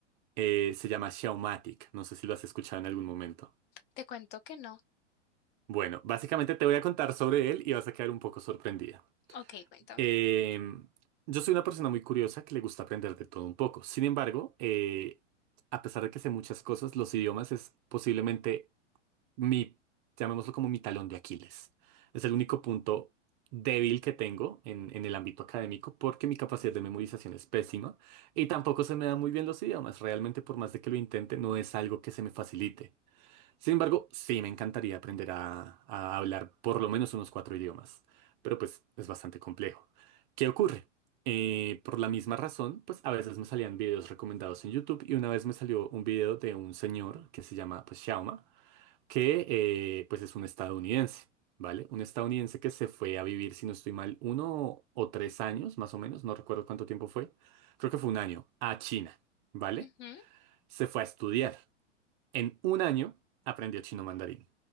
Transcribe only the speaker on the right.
Eh, se llama Xiaomatic. No sé si lo has escuchado en algún momento.
Bueno, básicamente te voy a contar sobre él y vas a quedar un poco sorprendida.
Eh, yo soy una persona muy curiosa que le gusta aprender de todo un poco. Sin embargo, eh, a pesar de que sé muchas cosas, los idiomas es posiblemente mi, llamémoslo como mi talón de Aquiles. Es el único punto débil que tengo en, en el ámbito académico porque mi capacidad de memorización es pésima y tampoco se me dan muy bien los idiomas. Realmente, por más de que lo intente, no es algo que se me facilite. Sin embargo, sí me encantaría aprender a, a hablar por lo menos unos cuatro idiomas, pero pues es bastante complejo. ¿Qué ocurre? Eh, por la misma razón, pues a veces me salían videos recomendados en YouTube y una vez me salió un video de un señor que se llama pues Xiaoma que eh, pues es un estadounidense, ¿vale? Un estadounidense que se fue a vivir, si no estoy mal, uno o tres años, más o menos, no recuerdo cuánto tiempo fue, creo que fue un año, a China, ¿vale?
Se fue a estudiar. En un año aprendió chino mandarín.